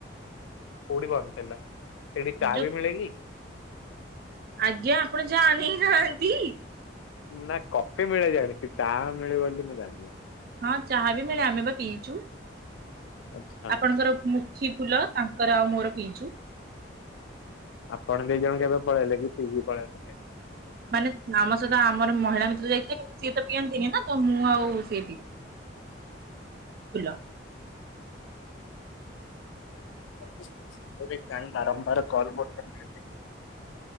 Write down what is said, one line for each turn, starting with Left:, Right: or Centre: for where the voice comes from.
Left: କୋଉଠି ବନ୍ଦ ଥିଲା ସେଇଠି ଚାହା
Right: ଯୋଉ
Left: ବି ମିଳେ କି?
Right: ଆଜ୍ଞା ଆପଣ ଜାଣି ନାହାନ୍ତି?
Left: ନା କଫି ମିଳେ ଜାଣିଚି ଚା ମିଳେ ‌ବୋଲି ମୁଁ ଜାଣିନି।
Right: ହଁ ଚାହା ବି ମିଳେ ଆମେ ବା ପିଇଚୁ।
Left: ଆଚ୍ଛା।
Right: ଆପଣଙ୍କର ମୁଖୀ ଫୁଲ ତାଙ୍କର ଆଉ ମୋର ପିଇଚୁ।
Left: ଆପଣ ଦି ଜଣ କେବେ ପଳେଇଲେ କି ପିଇକି <unintelligible>
Right: ମାନେ ଆମ ସହିତ ଆମର ମହିଳା ମିତ୍ର ଯାଇଥିଲେ କିନ୍ତୁ ସିଏ ତ ପିଅନ୍ତିନି ନା ତ ମୁଁ ଆଉ ସିଏ ପି <unintelligible>
Left: <unintelligible> କାଇଁ ବାରମ୍ବାର କଲ୍ <unintelligible>